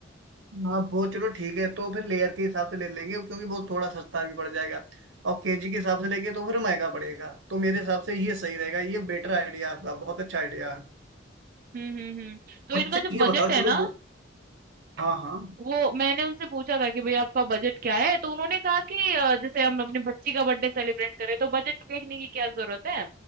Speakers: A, on the right (about 85°); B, on the right (about 50°).
A: हाँ, वो चलो ठीक है तो फिर लेयर के हिसाब से ले लेंगे क्योंकि वो थोड़ा सस्ता भी पड़ जाएगा और केजी के हिसाब से लेंगे तो फिर महंगा पड़ेगा तो मेरे हिसाब से ये सही रहेगा ये बेटर आइडिया आपका बहुत अच्छा आइडिया है
B: हुँ, हुँ, हुँ। तो इनका
A: अच्छा
B: जो
A: ये
B: बजट
A: बताओ
B: है
A: चलो
B: ना,
A: वो हाँ हाँ
B: वो मैंने उनसे पूछा था कि भई आपका बजट क्या है? तो उन्होंने कहा कि अ, जैसे हम अपनी बच्ची का बर्थडे सेलिब्रेट करें तो बजट देखने की क्या ज़रूरत है?